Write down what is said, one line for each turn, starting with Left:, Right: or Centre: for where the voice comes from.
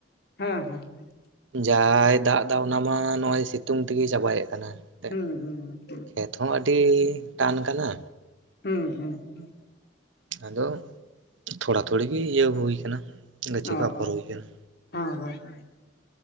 Left: ᱦᱮᱸ ᱦᱮᱸᱸ
Right: ᱡᱟᱭᱸᱦᱟᱭ ᱫᱟᱮᱫᱟ ᱚᱱᱟ ᱢᱟ ᱱᱚᱜᱼᱚᱭ ᱥᱤᱛᱩᱝ ᱛᱮᱜᱮᱭ ᱪᱟᱵᱟᱭᱮᱫ ᱠᱟᱱᱟ ᱮᱱᱛᱮᱫ
Left: ᱦᱩᱸ ᱦᱩᱸ ᱦᱩᱸ
Right: ᱠᱷᱮᱛ ᱦᱚᱸ ᱟᱹᱰᱤ ᱴᱟᱱ ᱠᱟᱱᱟ
Left: ᱦᱩᱹ ᱦᱩ ᱦᱩ
Right: ᱟᱫᱚ ᱛᱷᱚᱲᱟ ᱛᱷᱩᱲᱤ ᱤᱭᱟᱹ ᱦᱩᱭ ᱠᱟᱱᱟ ᱜᱟᱹᱪᱷᱤ
Left: ᱚ
Right: ᱠᱚ ᱟᱯᱷᱚᱨ
Left: ᱚ
Right: ᱦᱩᱭ ᱠᱟᱱᱟ
Left: ᱦᱮᱸ ᱦᱮᱸ ᱦᱮᱸ